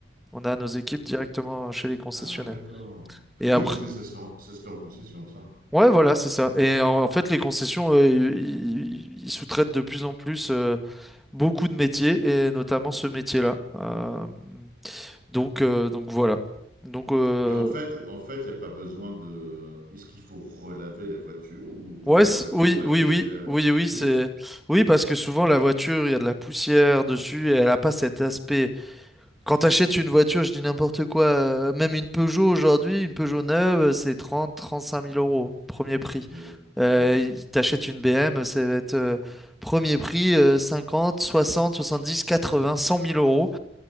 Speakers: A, in the centre; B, on the right.
A: On a nos équipes directement euh, chez les concessionnaires.
B: Ah d'accord.
A: Et
B: Oui,
A: après,
B: parce que ça se fait en ça se fait en concession, ça.
A: Ouais, voilà, c'est ça. Et en, en fait, les concessions, euh, ils ils- ils sous-traitent de plus en plus euh, beaucoup de métiers, et notamment ce métier-là. Euh, donc, euh, donc voilà. Donc, euh,
B: Mais en fait en fait, il y a pas besoin de est-ce qu'il faut relaver la voiture ou enfin,
A: ouais,
B: la
A: c'est-
B: voiture,
A: oui,
B: elle
A: oui,
B: est, euh,
A: oui, oui, oui,
B: oui?
A: c'est, oui, parce que souvent la voiture, il y a de la poussière dessus, et elle n'a pas cet aspect Quand t'achètes une voiture, je dis n'importe quoi, euh, même une Peugeot aujourd'hui, une Peugeot neuve, euh, c'est 30, 35 000 euros, premier prix.
B: Oui,
A: Euh,
B: oui.
A: y- t'achètes une BM, ça va être euh, premier prix, euh, 50, 60, 70, 80, 100 000 euros.